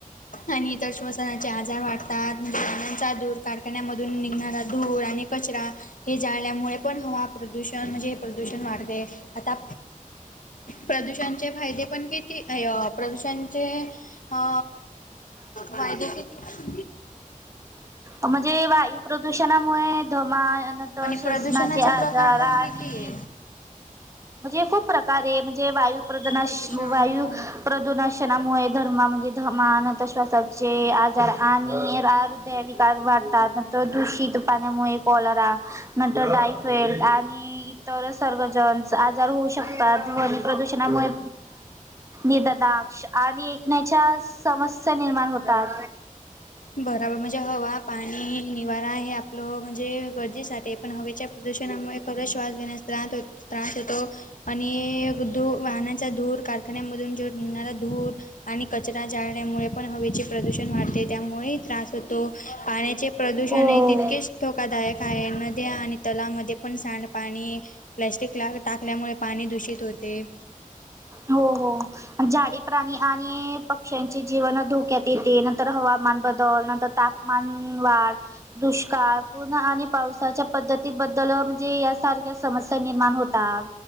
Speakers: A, on the left; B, on the right.
A: आणि इतर श्वसनाचे आजार वाटतो. ज रानांचाधूर कारखान्यामधून निघणारा धूर आणि कचरा. हे जाळल्यामुळे पण हवा प्रदूषण म्हणजे हे प्रदूषण वाढत आहे आता. प्रदूषणचे फायदे पण किती प्रदूषणचे. अ फायदे किती
B: म्हणजे वाय प्रदूषणामुळे दमा
A: आणि
B: श्वसनाचे
A: प्रदूषणाचे
B: आजार
A: प्रकार पण
B: आणि-
A: किती आहे
B: म्हणजे खूप प्रकारे म्हणजे वायुपदनाश
A: प्रदूषण
B: वायू
A: हो
B: प्रदुर्शनामुळे धर्म म्हणजे धर्मा अनंत श्वासाचे आजार आणि आ विकार वाढतात त दूषित पाण्यामुळे. कॉलरा नंतर टायफॉइड आणि इतरच सर्गजन. आजार होऊ शकतात वायू प्रदूषणामुळे निददाग. आणि ऐकण्याच्या समस्या निर्माण होतात.
A: बराबर म्हणजे हवा पाणी निवारा हे आपलं म्हणजे गरजेसाठी पण हवेच्या. प्रदूषणामुळे खरच श्वास घेण्यास त्रास हो त्रास येतो. आणि धू वाहनांचा धूर कारखान्यामधून ज निघणारा धूर. आणि कचरा जाळण्यामुळे पण हवेचे प्रदूषण वाढते त्यामुळे. मुळेही त्रास होतो पाण्याचे प्रदूषणही
B: हो.
A: तितकेच. धोकादायक आहे नद्या आणि तलामध्ये पण सांडपाणी प्लॅस्टिकला टाकल्यामुळे. पाणी दूषित होते.
B: हो हो. झाडे प्राणी आणि पक्ष्यांचे जीवन धोक्यात येते नंतर हवामान बदल नंतर ताप. मनवाळ. दुष्काळ पूर्ण आणि पावसाच्या पद्धतीबद्दल म्हणजे यासारख्या समस्या निर्माण होतात.